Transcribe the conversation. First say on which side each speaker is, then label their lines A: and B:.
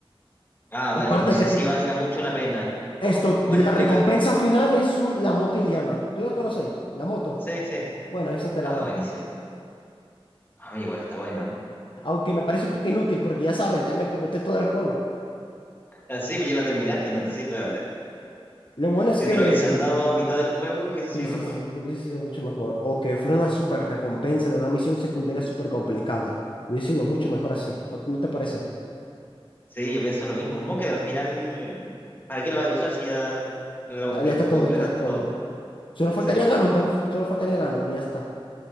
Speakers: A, on the left; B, on the left.
A: Ah,
B: Aparte
A: dale. No sé
B: que te-
A: si valga mucho la pena.
B: esto,
A: Bueno,
B: la recompensa
A: le- eh,
B: final es un, la moto Iliana. ¿Tú la conocéis? La moto.
A: sí, sí.
B: Bueno, esa te
A: Ah,
B: la dan.
A: buenísimo. Ah, mira, igual está bueno. <laughs>
B: Aunque me parece un poco inútil porque ya sabes, ya me completé todo el juego.
A: Ah, sí, pues ya la terminaste, no te sirve ahora.
B: Lo bueno es
A: Si
B: que...
A: te lo hubiesen dado a mitad del juego, hubiese
B: Sí,
A: sido
B: sí,
A: mejor.
B: sí, hubiese sido mucho mejor. O que fuera una super recompensa de una misión secundaria súper complicada. Hubiese sido mucho mejor así. ¿No, no te parece?
A: Sí, yo pienso lo mismo. Como que al final, ¿para qué lo vas a usar si ya lo,
B: Ya,
A: comple-
B: ya está
A: lo
B: todo,
A: completaste
B: ya está todo.
A: todo?
B: Solo faltaría
A: Sí,
B: Ganondorf. Solo faltaría Ganon y ya está.